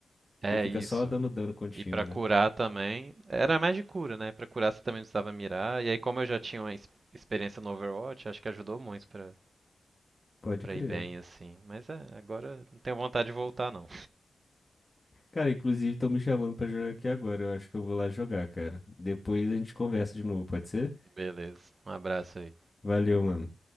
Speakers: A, on the right (about 45°); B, on the left (about 25°).
A: É
B: E fica
A: isso.
B: só dando dano contínuo,
A: E pra
B: né?
A: curar também, era mais de cura, né? Pra curar você também não precisava mirar. E aí, como eu já tinha uma ex- experiência no Overwatch, acho que ajudou muito pra
B: Pode
A: pra
B: crer.
A: ir bem, assim. Mas é, agora não tenho vontade de voltar, não.
B: Cara, inclusive estão me chamando pra jogar aqui agora. Eu acho que eu vou lá jogar, cara. Depois a gente conversa de novo, pode ser?
A: Beleza. Um abraço aí.
B: Valeu, mano.